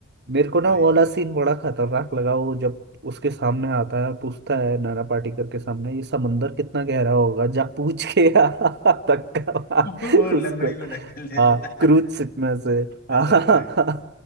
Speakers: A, on the right (about 50°); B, on the left (about 45°).
A: मेरे को ना
B: भाई
A: वो वाला
B: साहब
A: सीन बड़ा खतरनाक लगा वो जब उसके सामने आता है और पूछता है नाना पाटेकर के सामने ये समंदर कितना गहरा होगा जा पूछ के आ <laughs> धक्का मार
B: <laughs> वो लंगड़े
A: उसको
B: को ढकेल देता
A: हाँ क्रूज शिप में से हाँ
B: अरे भाई